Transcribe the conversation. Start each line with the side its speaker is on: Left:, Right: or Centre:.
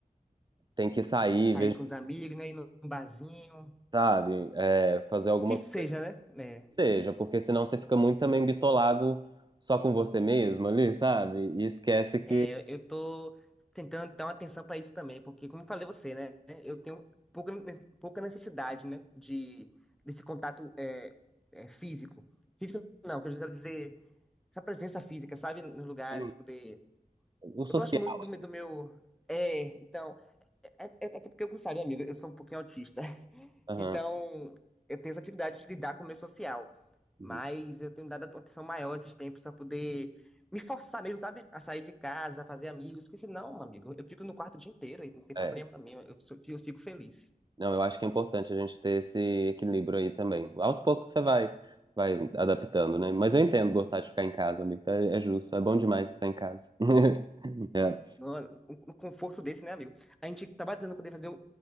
Right: tem que sair,
Centre: sair
Right: ver,
Centre: com os amigos, né? Ir num barzinho,
Right: sabe? É, fazer alguma
Centre: o que seja,
Right: coisa
Centre: né?
Right: que seja, porque senão você fica muito também bitolado só com você mesmo ali, sabe? E esquece que.
Centre: É, é, eu tô tentando dar uma atenção para isso também, porque, como eu falei a você, né? Eu tenho pouca, pouca necessidade, né? De, desse contato é, é, físico. Físico não, que eu quero dizer, essa presença física, sabe? Nos lugares,
Right: Uhum.
Centre: poder...
Right: O social.
Centre: Eu gosto muito do, meu- do meu... É, então, é, é- até porque eu gostaria, amigo, eu sou um pouquinho autista.
Right: Aham.
Centre: Então, eu tenho essa dificuldade de lidar com o meio social.
Right: Uhum.
Centre: Mas eu tenho dado atenção maior esses tempos para poder me forçar mesmo, sabe? A sair de casa, a fazer amigos. Porque senão, meu amigo, eu fico no quarto o dia inteiro e não tem
Right: É.
Centre: problema para mim. Eu, sou- eu sigo feliz.
Right: Não, eu acho que é importante a gente ter esse equilíbrio aí também. Aos poucos você vai, vai adaptando, né? Mas eu entendo gostar de ficar em casa, amigo. tá? É justo, é bom demais ficar em casa. <laughs> É.
Centre: No, um conforto desse, né, amigo? A gente tá batendo poder fazer um-